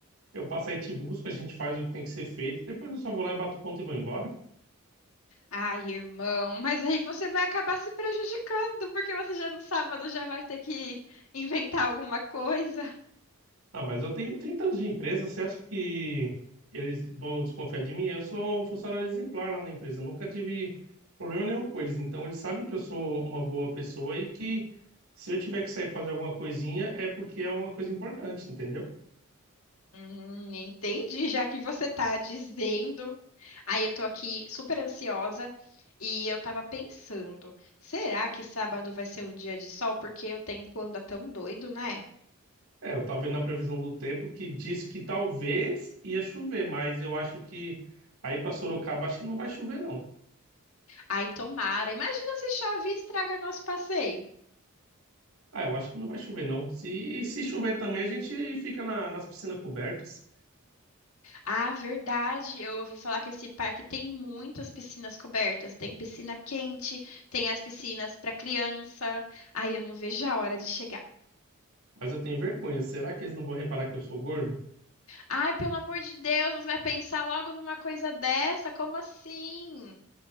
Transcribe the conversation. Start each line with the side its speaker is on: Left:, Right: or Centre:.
Right: Eu passo aí te busco, a gente faz o que tem que ser feito. Depois eu só vou lá e bato ponto e vou embora.
Left: Ai, irmão, mas aí você vai acabar se prejudicando, porque você já no sábado já vai ter que inventar alguma coisa.
Right: Ah, mas eu tenho 30 anos de empresa, você acha que eles vão desconfiar de mim? Eu sou um funcionário exemplar lá na empresa, nunca tive problema nenhum com eles. Então, eles sabem que eu sou uma boa pessoa e que se eu tiver que sair fazer alguma coisinha é porque é uma coisa importante, entendeu?
Left: Hum, entendi, já que você tá dizendo. Aí eu tô aqui super ansiosa e eu tava pensando, será que sábado vai ser um dia de sol? Porque o tempo anda tão doido, né?
Right: É, eu tava vendo na previsão do tempo que disse que talvez ia chover, mas eu acho que aí para Sorocaba acho que não vai chover, não.
Left: Ai, tomara. Imagina se chove e estraga nosso passeio.
Right: Ah, eu acho que não vai chover, não. Se, e se chover também, a gente fica na- nas piscinas cobertas.
Left: Ah, verdade. Eu ouvi falar que esse parque tem muitas piscinas cobertas. Tem piscina quente, tem as piscinas para criança. Ai, eu não vejo a hora de chegar.
Right: Mas eu tenho vergonha. Será que eles não vão reparar que eu sou gordo?
Left: Ai, pelo amor de Deus, você vai pensar logo numa coisa dessa? Como assim?